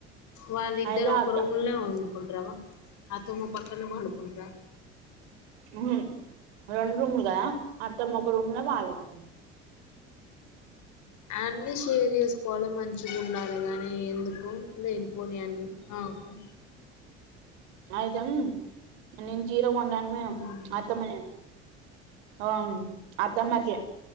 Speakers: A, on the left (about 60°); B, on the right (about 75°).
A: వాళ్ళిద్దరు
B: అయితే
A: ఒక
B: అత్త
A: రూముల్నే ఉంట. కుంట్రావా అత్తమ్మ పక్కనే పడుకుంటర.
B: ఉమ్ రెండు రూమ్లు కదా అత్తమ్మ ఒక రూమ్ ల మావాళ్ళు ఒక్క రూమ్ ల.
A: అన్ని షేర్ చేసుకోవాలే మంచిగా ఉండాలి గాని ఎందుకు లేనిపోని అన్ని. ఓకే
B: అయితే నేను చీర కొండానికి
A: ఉమ్
B: అత్తమ్మ అ అత్తమ్మ కే